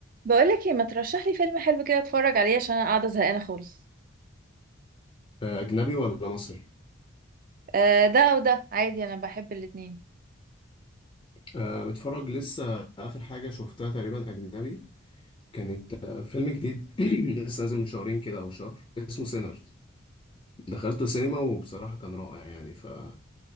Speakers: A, on the right; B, on the left.
A: بقولك ايه ما ترشح لي فيلم حلو كده اتفرج عليه عشان انا قاعده زهقانه خالص
B: آه، أجنبي ولا مصري؟
A: آه ده او ده عادي انا بحب الاتنين
B: أه متفرج لسه آخر حاجة شفتها تقريبا أجنبي كانت آه، فيلم جديد <clears throat> لسه نازل من شهرين كده أو شهر اسمه سينرز دخلت السينما وبصراحة كان رائع يعني فلو